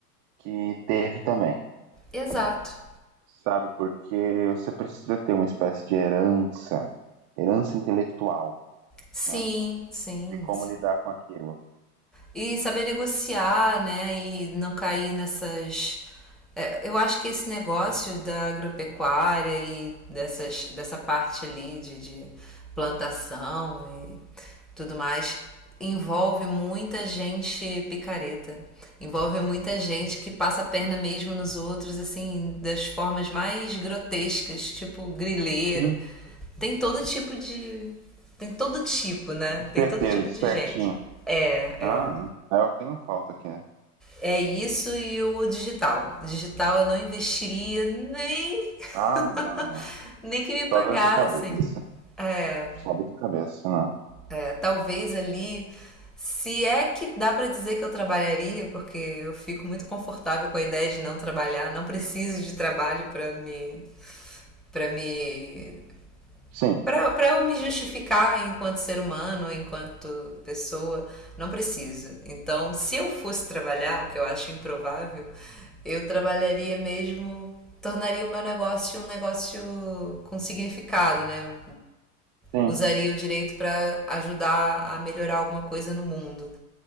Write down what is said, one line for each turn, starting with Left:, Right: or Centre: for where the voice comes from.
Right: que teve também,
Centre: Exato.
Right: sabe? Porque você precisa ter uma espécie de herança, herança intelectual,
Centre: Sim,
Right: né?
Centre: sim,
Right: De como
Centre: sim.
Right: lidar com aquilo.
Centre: e saber negociar, né? E não cair nessas. É, Eu acho que esse negócio da agropecuária e dessas, dessa parte ali de, de plantação e tudo mais envolve muita gente picareta. Envolve muita gente que passa a perna mesmo nos outros, assim, das formas mais grotescas, tipo grileiro.
Right: Sim.
Centre: Tem todo tipo de. Tem todo tipo, né?
Right: Desperteza,
Centre: Tem todo tipo
Right: despertinho.
Centre: de gente. É,
Right: Ah,
Centre: é.
Right: não. É o que não falta aqui, né?
Centre: É isso e o digital. Digital eu não investiria nem
Right: Ah, não,
Centre: <laughs>
Right: não.
Centre: nem que me pagassem.
Right: Só dor de cabeça.
Centre: É,
Right: Só dor de cabeça, não.
Centre: é, talvez ali, se é que dá para dizer que eu trabalharia, porque eu fico muito confortável com a ideia de não trabalhar, não preciso de trabalho para me para me
Right: Sim,
Centre: para eu me justificar enquanto ser humano, enquanto pessoa, não preciso. Então, se eu fosse trabalhar, o que eu acho improvável, eu trabalharia mesmo, tornaria o meu negócio um negócio com significado, né?
Right: sim,
Centre: Usaria o direito para ajudar a melhorar alguma coisa no mundo.